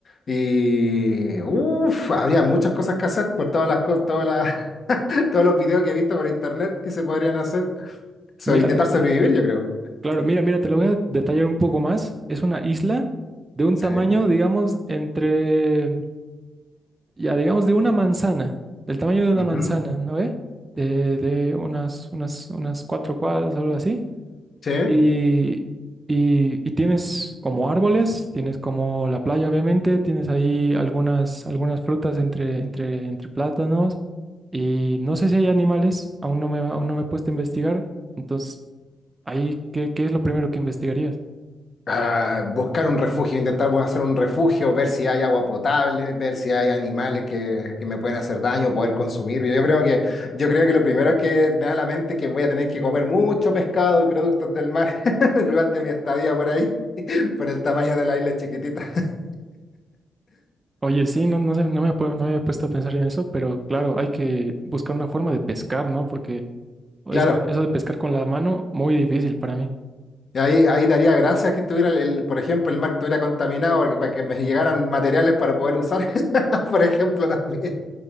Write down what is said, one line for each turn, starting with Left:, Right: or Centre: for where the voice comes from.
Left: Y uff, habría muchas cosas que hacer por todas las cosas, todas las, <laughs> todos los videos que he visto por internet que se podrían hacer. So,
Right: Mira,
Left: intentar sobrevivir, yo creo.
Right: claro, mira, mira, te lo voy a detallar un poco más. Es una isla de un
Left: Sí.
Right: tamaño, digamos, entre, ya digamos, de una manzana, del tamaño de una
Left: Ujú.
Right: manzana, ¿no ve? De, de unas, unas, unas cuatro cuadras o algo así.
Left: Sí.
Right: Y, y- y tienes como árboles, tienes como la playa, obviamente, tienes ahí algunas, algunas frutas entre, entre, entre plátanos. Y no sé si hay animales, aún no me, aún no me he puesto a investigar. Entonces, ahí, ¿qué, qué es lo primero que investigarías?
Left: ah, buscar un refugio, intentar pues, hacer un refugio, ver si hay agua potable, ver si hay animales que, que me pueden hacer daño, poder consumir. Yo creo que, yo creo que lo primero que me da a la mente es que voy a tener que comer mucho pescado y productos del mar <laughs> durante mi estadía por ahí, <laughs> por el tamaño de la isla chiquitita. <laughs>
Right: Oye, sí, no, no sé, no me, pu- no me había puesto a pensar en eso, pero claro, hay que buscar una forma de pescar, ¿no? Porque eso,
Left: Claro.
Right: de- eso de pescar con la mano, muy difícil para mí.
Left: y Ahí, ahí daría gracias que estuviera, el, el- por ejemplo, el mar estuviera contaminado porque- para que me llegaran materiales para poder usar, <laughs> por ejemplo, también.